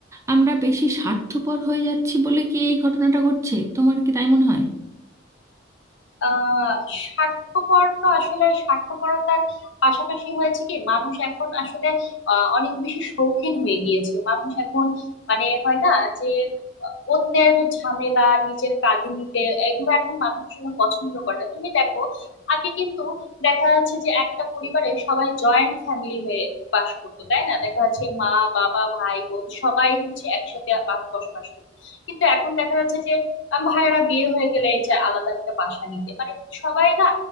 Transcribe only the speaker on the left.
আহ স্বার্থপর তো আসলে স্বার্থপরতার পাশাপাশি হয়েছে কি মানুষ এখন আসলে আহ, অনেক বেশি শৌখিন হয়ে গিয়েছে মানুষ এখন মানে হয় না যে আহ, অন্যের ঝামেলা নিজের কাঁধে নিতে এগুলো এখন মানুষ আসলে পছন্দ করে না তুমি দেখো আগে কিন্তু দেখা যাচ্ছে যে একটা পরিবারে সবাই জয়েন্ট ফ্যামিলি হয়ে বাস করতো তাই না দেখা যাচ্ছে মা বাবা ভাই বোন সবাই হচ্ছে একসাথে বা- বসবাস করতো কিন্তু এখন দেখা যাচ্ছে যে আম ভাইয়েরা বিয়ে হয়ে গেলে এই চায় আলাদা একটা বাসা নিতে মানে সবাই না